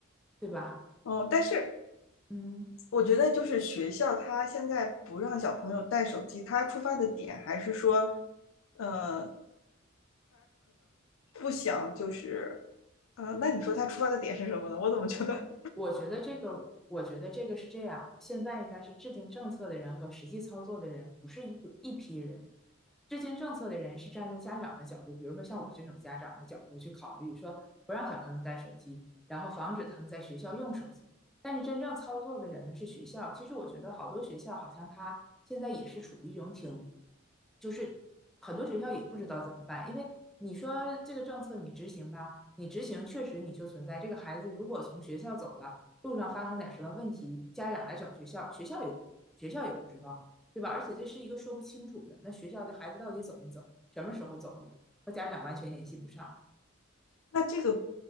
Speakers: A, in the centre; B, on the left (about 85°).
A: 对吧？
B: 嗯，但是
A: 嗯，
B: 我觉得就是学校他现在不让小朋友带手机，他出发的点还是说，呃，不想就是，嗯，那你说他出发的点是什么呢？我怎么觉得
A: 我觉得这个，我觉得这个是这样，现在应该是制定政策的人和实际操作的人不是一一批人。制定政策的人是站在家长的角度，比如说像我这种家长的角度去考虑，说不让小朋友带手机，然后防止他们在学校用手机。但是真正操作的人呢是学校。其实我觉得好多学校好像他现在也是处于一种挺，就是很多学校也不知道怎么办，因为你说这个政策你执行吧，你执行确实你就存在这个孩子如果从学校走了，路上发生点什么问题，家长来找学校，学校也学校也不知道。对吧？而且这是一个说不清楚的，那学校的孩子到底走没走，什么时候走的，和家长完全联系不上。
B: 那这个